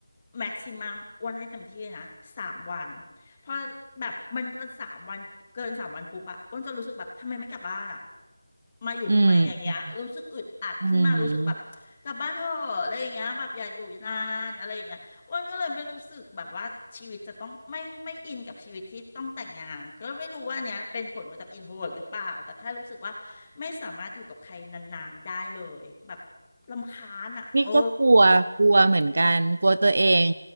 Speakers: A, on the left (about 25°); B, on the right (about 45°).
A: แม็กซิมัมอ้วนให้เต็มที่เลยนะสามวันพอแบบมันเป็นสามวันเกินสามวันปุ๊บอะอ้วนจะรู้สึกแบบทำไมไม่กลับบ้านอะมาอยู่ทำไมอย่างเงี้ยรู้สึกอึดอัดขึ้นมารู้สึกแบบกลับบ้านเถอะอะไรอย่างเงี้ยแบบอย่าอยู่นานอะไรอย่างเงี้ย
B: อืมอืม
A: อ้วนก็เลยไม่รู้สึกแบบว่าชีวิตจะต้องไม่ไม่อินกับชีวิตที่ต้องแต่งงานก็ไม่รู้ว่าเนี้ยเป็นผลมาจากอินโทรเวิร์หรือเปล่าแต่แค่รู้สึกว่าไม่สามารถอยู่กับใครนานๆได้เลยแบบรำคาญอ่ะโอ้
B: พี่ก็กลัวกลัวเหมือนกันกลัวตัวเอง